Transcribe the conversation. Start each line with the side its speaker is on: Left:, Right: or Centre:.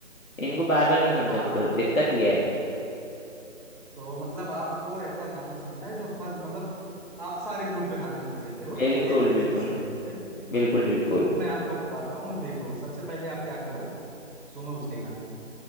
Left: इनको बार बार नहीं सुन
Centre: हाँ
Left: सकते
Centre: हाँ
Left: हो दिक्कत ये है
Centre: तो मतलब आपको ऐसा गाना सुनना है जो हर मतलब आप सारे मूड पे गाने सुन लेते हो
Left: बिल्कुल
Centre: कोई एक
Left: बिल्कुल
Centre: स्पेशल नहीं है हम्म।
Left: बिल्कुल बिल्कुल
Centre: तो मैं आपको बताता हूँ देखो सबसे पहले आप क्या करो सुनो उसके गाने